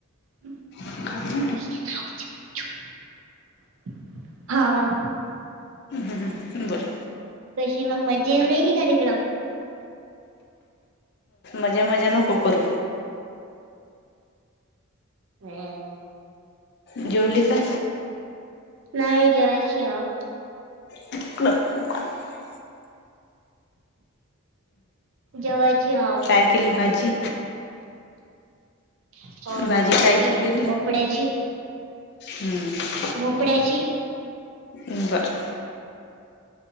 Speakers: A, on the right; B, on the left.
A: <unintelligible>
B: चालेल
A: हा हा.
B: ह ह बरं.
A: तशी मग मजा येऊ राहिली का तिकडं?
B: मजा, मजा नको करू.
A: हा.
B: जेवली का?
A: नाही जेवायची आ.
B: <unintelligible>
A: जेवायची हाव.
B: काय केली भाजी?
A: अ
B: भाजी
A: त्याची
B: कायची केली,
A: भोपड्याची
B: हम्म.
A: भोपळ्याची.
B: हम्म बरं.